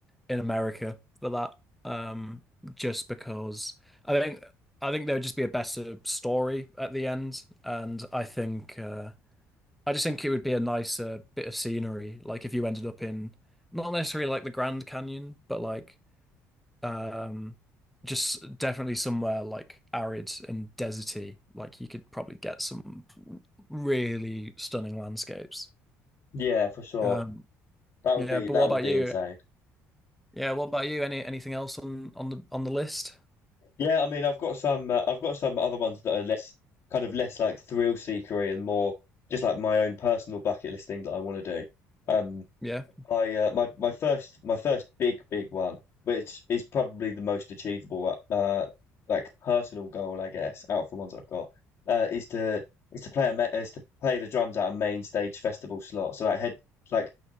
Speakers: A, in the centre; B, on the left.
A: in America for that. Um just because I think I think there would just be a better story at the end and I think uh I just think it would be a nicer bit of scenery like if you ended up in not necessarily like the Grand Canyon, but like um, just definitely somewhere like arid and deserty. Like you could probably get some really stunning landscapes.
B: Yeah, for sure.
A: Um,
B: That
A: yeah,
B: would be
A: but
B: that
A: what about
B: would be
A: you?
B: insane.
A: Yeah, what about you? Any anything else on on the on the list?
B: Yeah, I mean, I've got some uh, I've got some other ones that are less kind of less like thrill seekery and more just like my own personal bucket list thing that I want to do. Um,
A: Yeah.
B: I uh, my my first my first big big one, which is probably the most achievable uh like personal goal I guess out of the ones I've got, uh, is to is to play a ma- is to play the drums at a main stage festival slot. So like head like